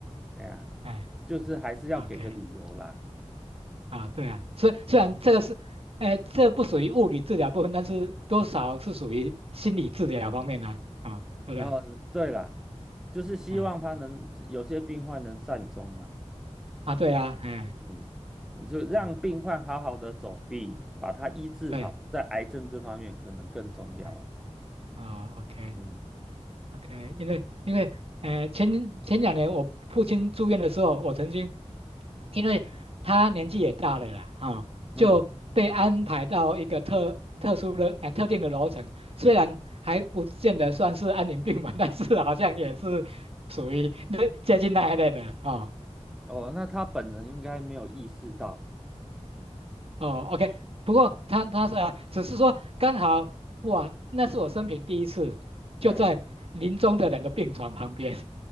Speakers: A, in the centre; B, on the right.
A: 哎呀，
B: 哎
A: 就是还是要给个理由啦。
B: ，OK 啊，对啊，虽虽然这个是，哎、这不属于物理治疗部分，但是多少是属于心理治疗方面呢、啊，对不对？
A: 哦，对啦，就是希望他能有些病患能善终啊，
B: 哎，啊，对啊，哎，
A: 嗯，你就让病患好好的走，
B: 嗯，
A: 比把他医治好，
B: 对，
A: 在癌症这方面可能更重要了。
B: 哎，啊，OK、o k
A: 嗯
B: OK，因为因为呃前前两年我父亲住院的时候，我曾经因为他年纪也大了啦，哈、
A: 嗯，
B: 就被安排到一个特特殊的呃特定的楼层，虽然还不见得算是安宁病房，<laughs> 但是好像也是属于那接近那一类的啊。
A: 哦，那他本人应该没有意识到了，
B: 哦，OK，不过他他是啊只是说刚好哇，那是我生平第一次就在临终的人的病床旁边
A: 嘿